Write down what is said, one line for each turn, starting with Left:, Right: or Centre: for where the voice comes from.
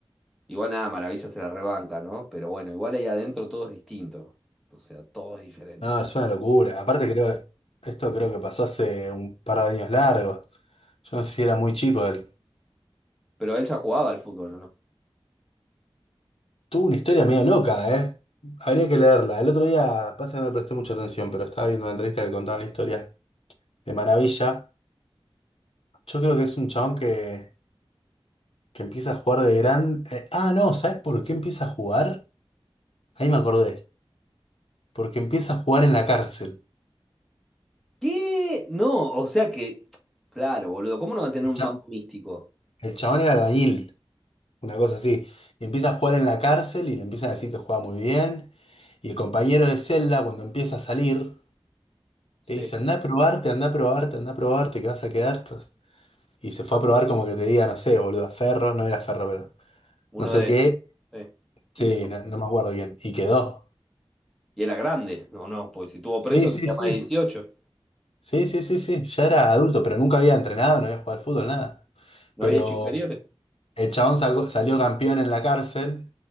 Centre: Igual nada, Maravilla se la rebanca, ¿no? Pero bueno, igual ahí adentro todo es distinto. O sea, todo es diferente.
Left: No, es una locura. Aparte creo, esto creo que pasó hace un par de años largos. Yo no sé si era muy chico él.
Centre: Pero él ya jugaba al fútbol, ¿o ¿no?
Left: Tuvo una historia medio loca, ¿eh? Habría que leerla. El otro día, pasa que no le presté mucha atención, pero estaba viendo una entrevista que contaba la historia de Maravilla. Yo creo que es un chabón que, que empieza a jugar de gran... eh, ah, no, ¿sabes por qué empieza a jugar? Ahí me acordé. Porque empieza a jugar en la cárcel.
Centre: ¿Qué? No, o sea que, claro, boludo, ¿cómo no va a tener
Left: El,
Centre: un
Left: cha-
Centre: mambo místico?
Left: el chabón era albañil, una cosa así. Y empieza a jugar en la cárcel y le empiezan a decir que juega muy bien. Y el compañero de celda, cuando empieza a salir,
Centre: Sí,
Left: le dice, anda a probarte, anda a probarte, anda a probarte, que vas a quedar. Entonces, Y se fue a probar como que te diga, no sé, boludo, a Ferro, no era Ferro, pero
Centre: uno
Left: no sé
Centre: de
Left: qué.
Centre: estos, sí.
Left: Sí,
Centre: ¿Y qué?
Left: no, no me acuerdo bien. Y quedó.
Centre: Y era grande, no, no, porque si estuvo preso
Left: Sí, sí,
Centre: tenía
Left: sí.
Centre: más de dieciocho
Left: Sí, sí, sí, sí, ya era adulto, pero nunca había entrenado, no había jugado al fútbol, nada.
Centre: No
Left: Pero
Centre: había hecho inferiores.
Left: el chabón sacó- salió campeón en la cárcel,